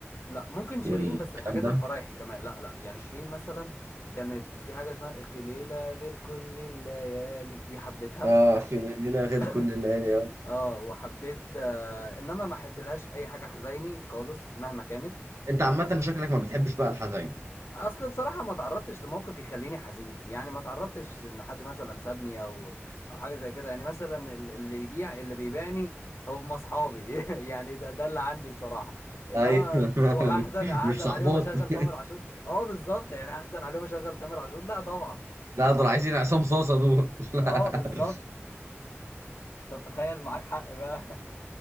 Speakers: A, on the left; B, on the right.
A: لا ممكن شيرين
B: والكلام
A: بس الحاجات
B: ده
A: الفرايحي كمان لا لا يعني شيرين مثلا كانت في حاجة اسمها في ليلة غير كل الليالي دي حبيتها
B: اه في ليلة غير
A: <coughs> <clears throat>
B: كل الليالي آه.
A: اه وحبيت آه انما ما احبلهاش اي حاجة حزيني خالص مهما كانت
B: انت
A: وما
B: عامة شكلك ما بتحبش بقى الحزين
A: اصل بصراحه ما تعرضتش لموقف يخليني حزين يعني ما تعرضتش ان حد مثلا سابني او او حاجه زي كده يعني مثلا ال- اللي يبيع اللي بيبيعني هم اصحابي <laughs> يعني ده, ده اللي عندي بصراحه انما
B: ايوه <laughs>
A: وهحزن
B: مش
A: هحزن
B: مش صحباتي
A: عليهم اشغل تامر عاشور اه بالظبط يعني هحزن عليهم اشغل تامر عاشور لا طبعا
B: <laughs> لا دول عايزين عصام صاصة دول <laughs> لا.
A: اه بالظبط تتخيل معاك حق بقى